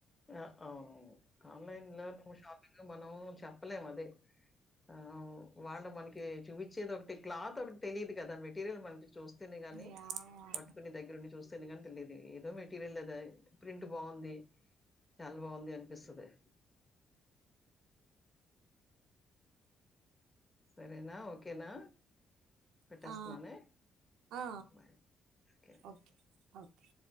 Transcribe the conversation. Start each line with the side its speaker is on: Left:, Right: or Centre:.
Left: ఆ అవునవును ఆన్లైన్ల నువ్వు ఒ షాప్ మనం చెప్పలేమ్ అదే ఆ వాళ్ళు మనకి చూవించేది ఒకటి క్లాత్ ఒకట్ తెలిదు కదా మెటీరియల్ మనకి చూస్. స్తేనే గాని
Right: యాహ్!
Left: పట్టుకుని దగ్గరుండి చూస్తేనే కాని తెలిదు ఏదో మెటీరియల్ అదాయ్ ప్రింట్ బావుంది. చాలా బావుంది అనిపిస్తది సరేనా ఓకేనా. పెట్టేస్త్నానే
Right: ఆ! ఆ!
Left: Bye take care
Right: okay. Okay